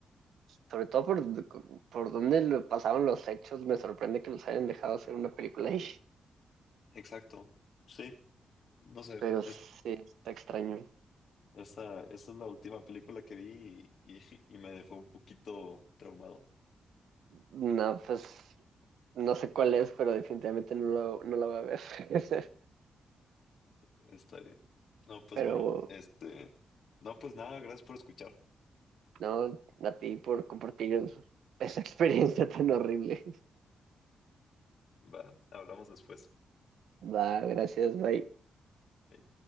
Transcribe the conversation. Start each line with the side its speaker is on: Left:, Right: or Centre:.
Right: sobre todo por, por dónde lo pasaron los hechos, me sorprende que los hayan dejado hacer una película ahí.
Left: Exacto, sí, no sé,
Right: Pero
Left: es,
Right: sí, está extraño.
Left: esa, esa es la última película que vi y, <laughs> y y me dejó un poquito traumado.
Right: No, pues no sé cuál es, pero definitivamente no, lo, no la voy a ver. <laughs>
Left: Está bien. No, pues
Right: Pero
Left: bueno, este. No, pues nada, gracias por escuchar.
Right: no, a ti por compartir esa <laughs> experiencia tan horrible.
Left: Va, hablamos después.
Right: <laughs> Va, gracias, bye.
Left: Ahí.